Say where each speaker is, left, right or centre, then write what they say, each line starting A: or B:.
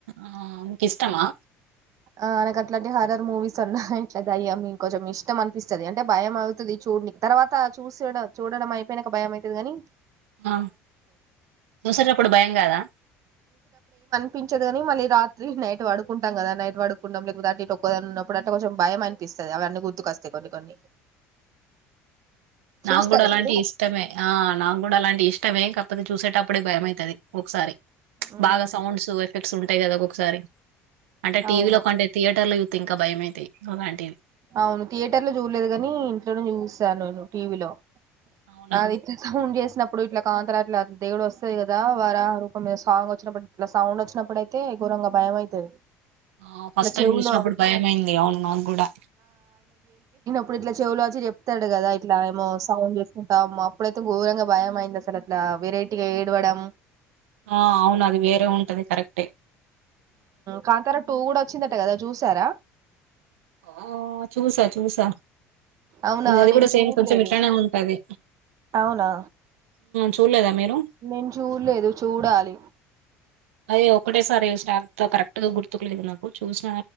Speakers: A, on the right (about 75°); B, on the right (about 50°).
A: ఆ ఇకిష్టమా
B: ఆ నాకు అట్లాంటి హరర్ మూవీస్ అన్నా ఇట్ల దయ్యం కొంచెం ఇష్టం అనిపిస్తుంది అంటే భయం అవుతుంది చూడనికి తర్వాత చూస చూడడం అయిపోయినాక భయం అయితది ని
A: ఆ చూసేటప్పుడు భయం కాదా
B: పించదు కాని మళ్ళీ రాత్రి నైట్ పడుకుంటాం కదా నైట్ పడుకుంటాం లేకపోతే అంటు ఇటు ఒక్కదాన్ని ఉన్నప్పుడు అంటే కొంచం భయం అనిపిస్తాది అవన్నీ గుర్తుకొస్తే కొన్ని కొన్ని
A: నాకు
B: చూస్తారా
A: కూడా అలాంటి
B: మీరు
A: ఇష్టమే ఆ నాకు కూడా అలాంటి ఇష్టమే కా <unintelligible> చూసేటప్పుడే భయమవుతది ఒకసారి
B: ఉమ్,
A: బాగా సౌండ్స్ ఎఫెక్ట్స్ ఉంటాయి కదా ఒకొక్ సరే అంటే టీవి
B: అవును
A: లో కంటే థియేటర్ లో ఇంకా భయమైతయి అలాంటివి
B: అవును థియేటర్ లో చూడలేదు కాని ఇంట్లోనే చూసాను ను టీవీలో
A: అవునా
B: అది ఇట్ల సౌండ్ చేస్ చ్చినప్పుడు ఇట్లా కాంతార అట్లా దేవుడు వస్సది కదా, వారహ రూపం ఆ సాంగ్ వచ్చినప్పుడు ఇట్లా సౌండ్ వచ్చినప్పుడు అయితే ఘోరంగా భయం అయితది.
A: ఆ ఫస్ట్
B: ఇట్లా
A: టైం
B: చెవులో
A: చూసినప్పుడు భయం అయింది అవును నాగ్గూడా
B: ఇప్పుడు ఇట్ల చెవులు వచ్చి చెప్తాడు కదాయ్ ఇట్లా ఏమో సౌండ్ అమ్మె అప్పుడైతే ఘోరంగా భయం అయింది అసలు అట్లా వెరైటీగా ఏడవడం
A: ఆ అవును అది వేరే ఉంటది కరెక్టే
B: కాంతారా టూ కూడా వచ్చిందట కదా చూసారా
A: ఆ చూసా చూసా
B: అవునా
A: అది
B: నేను
A: కూడా సేమ్
B: చూడలేదు
A: కొంచెం ఇట్లానే ఉంటది
B: అవునా
A: చూడలేదా మీరు
B: నేను చూడలేదు చూడాలి
A: అయ్యో ఒకటే సారి చూసిన అంతే కరెక్ట్ గా గుర్తుకు లేదు నాకు చూస్